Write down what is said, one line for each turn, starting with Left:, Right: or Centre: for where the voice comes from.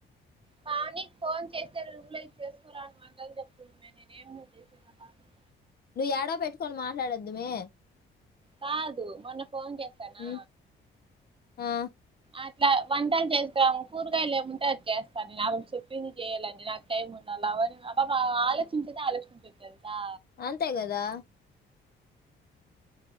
Right: పావని క్ ఫోన్ చేస్తారు. రూంలో ఇది చేసుకురాను అంద చెప్తున్మే నేనేం చేసేద్ ఆ పాపన్
Left: నువ్వు ఎడో పెట్టుకొని మాట్లాడొద్దుమే.
Right: కాదు మొన్న ఫోన్ చేసనా
Left: మ్మ్ ఆ
Right: అట్లా వంటలు చేస్తాము. కూరగాయ ఏముంటే అది చేస్తాను నేను అవిడు చెప్పింది చేయ్యాలండి. నాకు టైం ఉండాల అని పాప ఆలోచించేద ఆలోచించద్ తేలుసా
Left: అంతే కదా